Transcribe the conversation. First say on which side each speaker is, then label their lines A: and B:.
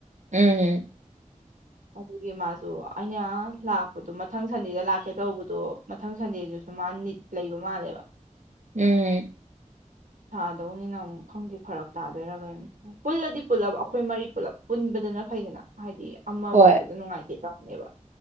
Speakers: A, on the right; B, on the right.
A: ꯎꯝꯝ
B: ꯑꯗꯨꯒꯤ ꯃꯥꯁꯨ ꯑꯩꯅ ꯂꯥꯛꯄꯗꯣ ꯃꯊꯪ ꯁꯟꯗꯦꯗ ꯂꯥꯛꯀꯦ ꯇꯧꯕꯗꯣ ꯃꯊꯪ ꯁꯟꯗꯦꯗꯨꯁꯨ ꯃꯥ ꯅꯤꯠ ꯂꯩꯕ ꯃꯥꯜꯂꯦꯕ
A: ꯎꯝ
B: ꯁꯥꯗꯧꯅꯤꯅ ꯑꯃꯨꯛ ꯈꯪꯗꯦ ꯐꯔꯛ ꯇꯥꯗꯣꯏꯔꯒ ꯀꯩꯅꯣ ꯄꯨꯜꯂꯗꯤ ꯄꯨꯜꯂꯞ ꯑꯩꯈꯣꯏ ꯃꯔꯤ ꯄꯨꯂꯞ ꯄꯨꯟꯕꯗꯅ ꯐꯩꯗꯅ ꯍꯥꯏꯗꯤ ꯑꯃ
A: ꯍꯣꯏ
B: ꯋꯥꯠꯄꯗꯣ ꯅꯨꯡꯉꯥꯏꯇꯦ ꯇꯧꯅꯦꯕ